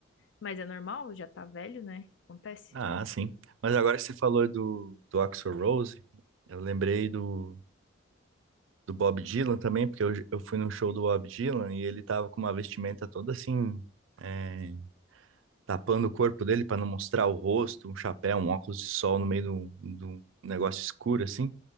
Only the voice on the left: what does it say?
Mas é normal, já tá velho, né? Acontece.